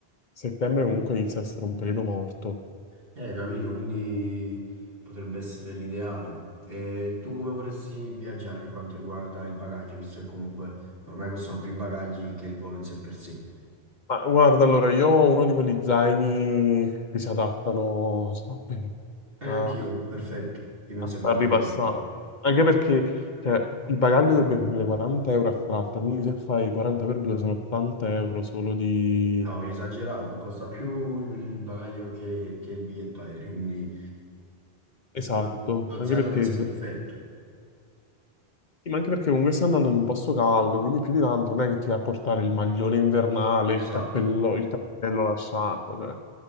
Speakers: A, on the left; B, on the right.
A: settembre comunque inizia a essere un periodo morto.
B: Eh, capito, quindi potrebbe essere l'ideale. E tu come vorresti viaggiare per quanto riguarda il bagaglio, visto che comunque ormai costano più i bagagli che il volo in sé per sé?
A: Ma guarda, allora, io ho uno di quegli zaini che si adattano <laughs>
B: Eh,
A: a
B: anch'io, perfetto, io penso
A: a
B: che
A: far
B: vada
A: ripassare.
B: bene.
A: Anche perché cioè, il bagaglio dovrebbe venire 40 euro a tratta, quindi se fai 40 per 2 sono 80 euro solo di...
B: No, viene esagerato, costa più il il bagaglio che, che il biglietto aereo, quindi
A: Esatto,
B: lo, lo
A: anche
B: zaino
A: perché,
B: penso è
A: se-
B: perfetto.
A: sì, ma anche perché comunque stai andando in un posto caldo, quindi più di tanto non è che ti vai a portare il maglione invernale, il
B: Esatto,
A: cappello, il cappello, la sciarpa, cioè.